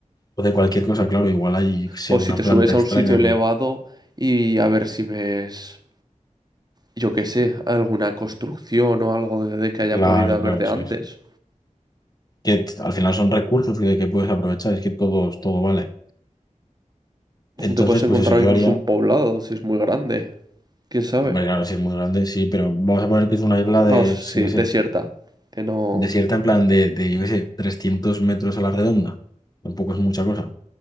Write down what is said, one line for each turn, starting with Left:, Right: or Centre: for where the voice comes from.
Left: O de cualquier cosa, claro, igual hay, yo qué sé,
Right: O
Left: una
Right: si te
Left: planta
Right: subes
Left: extraña
Right: a un sitio elevado
Left: que.
Right: y a ver si ves, yo qué sé, alguna construcción o algo de, de que haya
Left: Claro,
Right: podido haber
Left: claro,
Right: de
Left: eso
Right: antes.
Left: es. Que t- al final son recursos y de que puedes aprovechar, es que todo, todo vale. Entonces,
Right: Te puedes encontrar
Left: pues eso, yo
Right: incluso
Left: haría.
Right: un poblado si es muy grande. ¿Quién sabe?
Left: Hombre, claro, si es muy grande, sí, pero vamos a poner que es una isla de,
Right: Vamos, sí,
Left: yo qué sé,
Right: desierta. Que no...
Left: desierta en plan de, de yo qué sé, 300 metros a la redonda. Tampoco es mucha cosa.